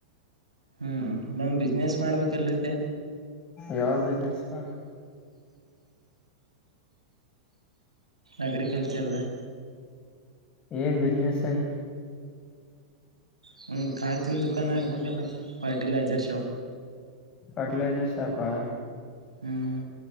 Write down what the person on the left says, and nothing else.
ಯಾವ ಬಿಸ್ನೆಸ್ಪಾ
ಏನ್ ಬಿಿಸನೆಸ್ ಏನು
ಪಾರ್ಟಿಲಿಜರ್ ಶಾಪ್ ಹಾ